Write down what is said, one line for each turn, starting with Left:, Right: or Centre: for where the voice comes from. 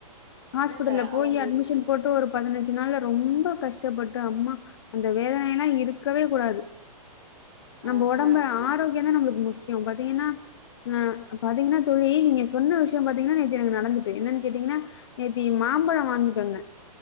Left: ஹாஸ்பிடல்ல
Right: இல்ல இல்ல
Left: போய்
Right: அவங்களுக்கு
Left: அட்மிஷன் போட்டு ஒரு பதினஞ்சு நாள்ல ரொம்ப கஷ்டப்பட்டு அம்மா அந்த வேதனை எல்லாம் இருக்கவே கூடாது நம்ம
Right: ஆ
Left: உடம்ப
Right: ஆ புரி
Left: ஆரோக்கியம் தா நம்மளுக் முக்கியம் பாத்தீங்கன்னா அ பாத்தீங்கன்னா தோழி நீங்க சொன்ன விஷயம் பாத்தீங்கன்னா நேத்தி எனக்கு நடந்துட்டு என்னன்னு கேட்டீங்கனா நேத்தி மாம்பழம் வாங்கிட்டு வந்தேன்